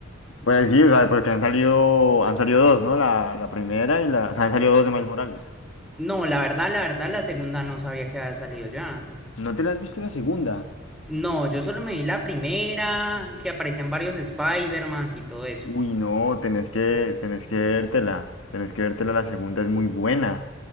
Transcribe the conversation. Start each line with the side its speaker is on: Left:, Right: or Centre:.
Left: Pues sí, o sea, porque han salido, han salido dos, ¿no? La, la primera y la. O sea, han salido dos de Miles Morales.
Centre: No, la verdad, la verdad, la segunda no sabía que había salido ya.
Left: ¿No te la has visto la segunda?
Centre: No, yo solo me vi la primera, que aparecían varios Spider-Mans y todo eso.
Left: Uy, no, tenés que, tenés que vértela, tenés que vértela, la segunda es muy buena.